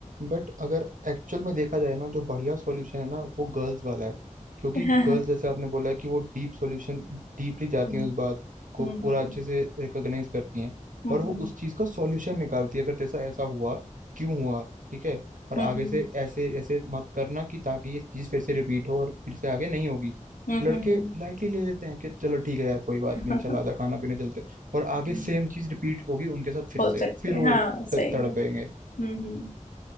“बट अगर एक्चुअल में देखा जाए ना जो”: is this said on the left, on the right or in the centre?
Right